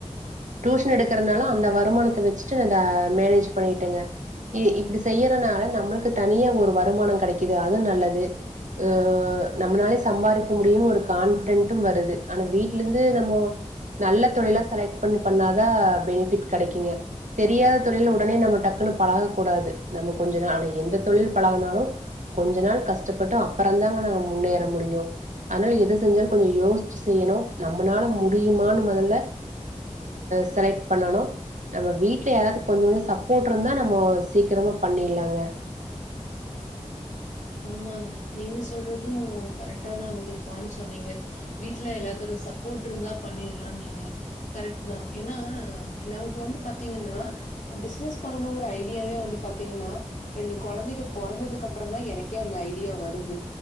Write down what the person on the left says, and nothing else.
ஆமாங்க நீங்க சொல்றது கரெக்டான ஒரு பாய்ண்ட் சொன்னீங்க வீட்ல எல்லாத்தோட சப்போர்ட் இருந்தா பண்ணிர்லான்னு நீங்க கரெக்ட்தா ஏனா நமக்கு வந்து பாத்தீங்னா பிசினஸ் பண்ணணுங்கிற ஐடியாவே வந்து பாத்தீங்னா ரெண்டு கொழந்தைங்க பொறந்ததுக்கு அதுக்கப்பறந்தா எனக்கே அந்த ஐடியா வருது